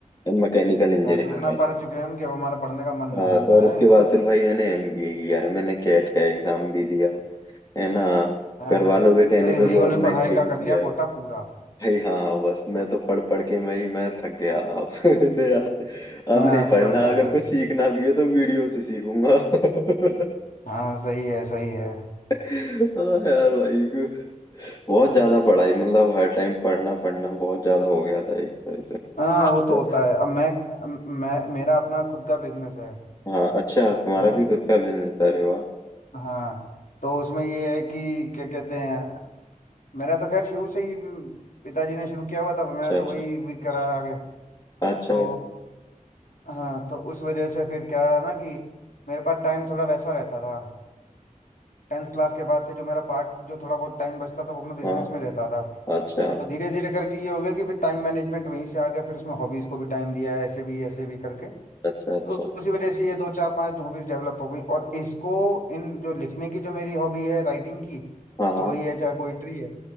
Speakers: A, on the left (about 25°); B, on the left (about 75°).
A: मैकेनिकल इंजीनियरिंग
B: या तो इतना
A: में
B: पढ़ चुके हैं हम कि अब हमारा पढ़ने का मन
A: हाँ
B: नहीं होता
A: तो और उसके
B: है
A: बाद फिर भाई मैंने एमबीए किया है मैंने कैट का एग्जाम भी दिया है ना
B: अरे
A: घर वालों के कहने
B: तो इस
A: पे
B: जीवन
A: गवर्नमेंट
B: में पढ़ाई
A: के
B: का
A: भी
B: कर
A: दिया
B: लिया
A: है
B: कोटा पूरा
A: भाई हाँ हाँ, बस मैं तो पढ़ पढ़ के मैं ही मैं थक गया अब <laughs> नहीं यार
B: हाँ
A: अब नहीं पढ़ना
B: सही बात
A: अगर
B: है
A: कुछ सीखना भी है तो वीडियो से सीखूंगा <laughs>
B: हाँ सही है सही है
A: हाँ यार भाई बहुत ज्यादा पढ़ाई मतलब हर टाइम पढ़ना पढ़ना बहुत ज्यादा हो गया था एक तरह से
B: हाँ वो
A: तो,
B: तो होता है अब मैं मैं मेरा अपना खुद का बिजनेस है
A: हाँ अच्छा तुम्हारा
B: है ना
A: भी खुद का बिजनेस है अरे वाह
B: हाँ तो उसमें ये है कि क्या कहते हैं मेरा तो खैर शुरू से ही म, पिताजी ने शुरू किया हुआ था मैंने
A: अच्छा अच्छा
B: तो वही भी करा आगे
A: अच्छा
B: तो हाँ तो उस वजह से फिर क्या है ना कि मेरे पास टाइम थोड़ा वैसा रहता था टेंथ क्लास के बाद से जो मेरा पार्ट जो थोड़ा बहुत टाइम बचता था वो अपने बिजनेस
A: हाँ
B: में रहता था
A: अच्छा
B: तो धीरे धीरे करके ये हो गया कि फिर टाइम मैनेजमेंट वहीं से आ गया फिर उसमें हॉबीज़ को भी टाइम दिया ऐसे भी ऐसे भी करके
A: अच्छा अच्छा
B: तो उसी वजह से ये दो चार पांच हॉबीज डेवलप हो गई और इसको इन जो लिखने की जो मेरी हॉबी है राइटिंग की
A: हाँ
B: स्टोरी
A: हाँ
B: है चाहे पोइट्री है